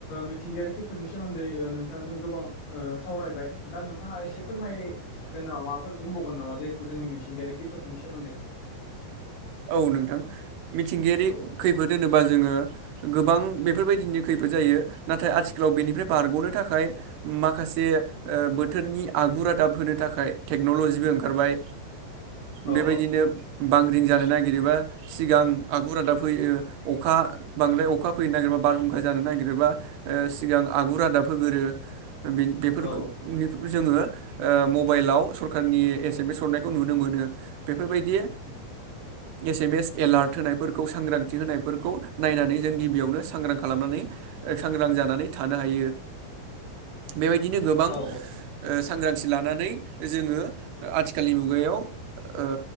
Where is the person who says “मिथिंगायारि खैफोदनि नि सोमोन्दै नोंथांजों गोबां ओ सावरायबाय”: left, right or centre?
Left